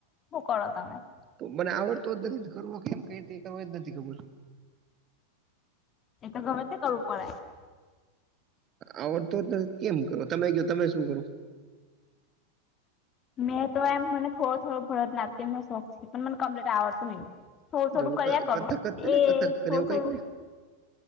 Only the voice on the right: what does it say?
તો મને આવડતો જ નથી તો કરવો કેમ કઈ રતે કરવો ઈજ નથી ખબર.
આવડતો જ નથી તો કેમ કરો તમે કહ્યો તમે શું કરો?
એટલે
ઓલું
ક-
કથક જ છે ને
કથક કરે
એવું
કઈક ને